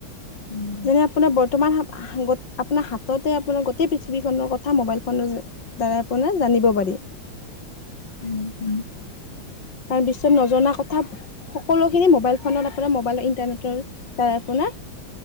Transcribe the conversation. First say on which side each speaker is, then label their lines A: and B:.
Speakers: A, on the left; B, on the left.
A: <inaudible>
B: যেনে আপোনাৰ বৰ্তমান <unintelligible> অপোনাৰ হাততে আপোনাৰ গোটেই পৃথিৱীখনৰ কথা মোবাইল ফোনৰ যে দ্বাৰা আপোনাৰ জানিব পাৰি।
A: উম, উম।
B: কাৰণ বিশ্বত নজনা কথা সকলোখিনি মোবাইল ফোনত আপোনাৰ মোবাইল ইণ্টাৰনেটৰ দ্বাৰাই আপোনাৰ